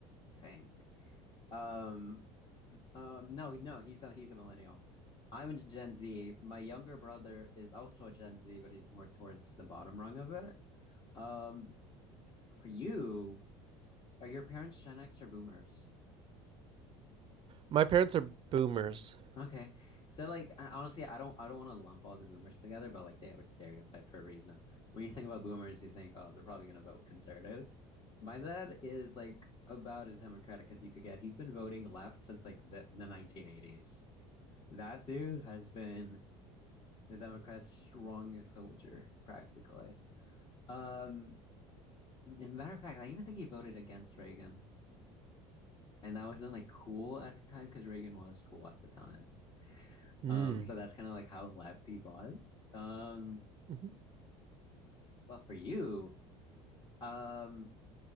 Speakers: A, on the left; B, on the right.
A: I think. Um, Um, no, no, he's a he's a millennial. I'm a Gen Z. My younger brother is also a Gen Z, but he's more towards the bottom rung of it. Um, for you, are your parents Gen X or Boomers?
B: My parents are boomers.
A: Okay. So like I, honestly, I don't I don't want to lump all the boomers together, but like they have a stereotype for a reason. When you think about boomers, you think, oh, they're probably gonna vote conservative. My dad is like about as democratic as you could get. He's been voting left since like the, the 1980s. That dude has been the Democrats' strongest soldier, practically. Um, and matter of fact, I even think he voted against Reagan, and that wasn't like cool at the time because Reagan was cool at the time.
B: Mm.
A: Um, so that's kind of like how left he was. Um,
B: Mm-hmm.
A: but for you, um,